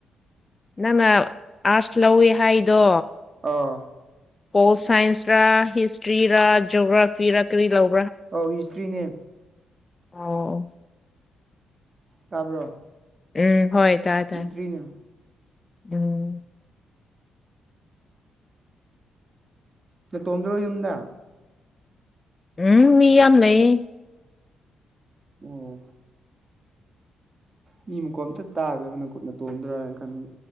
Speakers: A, on the left; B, on the right.
A: ꯅꯪꯅ ꯑꯥꯔꯠꯁ ꯂꯧꯋꯦ ꯍꯥꯏꯗꯣ
B: ꯑꯣ
A: ꯄꯣꯜ ꯁꯥꯏꯟꯁꯔ ꯍꯤꯁꯇ꯭ꯔꯤꯔ ꯖꯣꯒ꯭ꯔꯥꯐꯤꯔ ꯀꯔꯤ ꯂꯧ
B: ꯑꯥꯎ ꯍꯤꯁꯇ꯭ꯔꯤꯅꯦ
A: ꯑꯣ ꯑꫭ
B: ꯇꯥꯕ꯭ꯔꯣ
A: ꯎꯝ ꯍꯣꯏ ꯇꯥꯏ ꯇꯥꯏ
B: ꯍꯤꯁꯇ꯭ꯔꯤꯅꯦ
A: ꯎꯝ
B: ꯅꯇꯣꯝꯗꯔꯣ ꯌꯨꯝꯗ
A: ꯎꯝ ꯃꯤ ꯌꯥꯝ ꯂꯩꯌꯦ
B: ꯑꫭ ꯃꯤ ꯃꯈꫭꯟ ꯑꯝꯇ ꯇꯥꯗꯕ <unintelligible> ꯅꯇꯣꯝꯗꯔ ꯍꯥꯏꯅ ꯈꯟꯕ